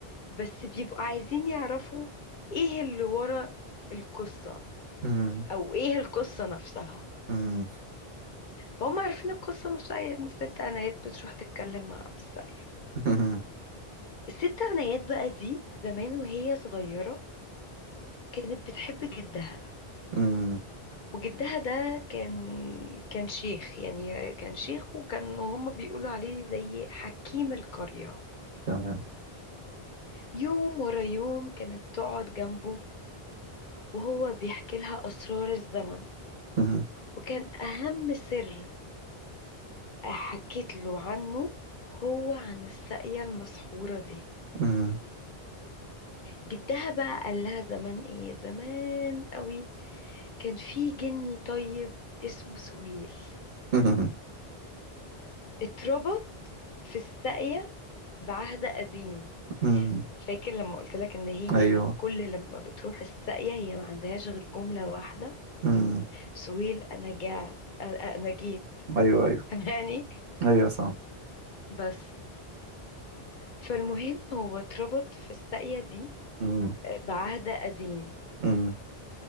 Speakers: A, on the left; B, on the right.
A: بس بيبقوا عايزين يعرفوا ايه اللي ورا القصة
B: أمم،
A: او ايه القصة نفسها
B: أمم،
A: فهم عارفين القصة نفسها هي ان الست عنايات بتروح تتكلم مع الساقية
B: أمم،
A: الست عنايات بقى دي زمان وهي صغيرة كانت بتحب جدها
B: أمم. <laughs>
A: وجدها ده كان كان شيخ يعني كان شيخ وكان هما بيقولوا عليه زي حكيم القرية
B: تمام
A: يوم ورا يوم كانت تقعد جنبه وهو بيحكي لها أسرار الزمن
B: أمم،
A: وكان أهم سر حكيت له عنه هو عن الساقية المسحورة دي
B: أمم،
A: جدها بقى قال لها زمان ايه زمان قوي كان في جني طيب اسمه سهيل
B: أمم،
A: اتربط في الساقية بعهد قديم
B: أمم.
A: فاكر لما قلت لك ان هي
B: أيوه
A: لم كل لما بتروح الساقية هي ما عندهاش غير جملة واحدة
B: أمم،
A: سهيل انا جعت أ- انا جيت
B: أيوه أيوه
A: <laughs> يعني
B: أيوه صح
A: بس فالمهم هو اتربط في الساقية دي
B: أمم،
A: آه، بعهد قديم
B: أمم.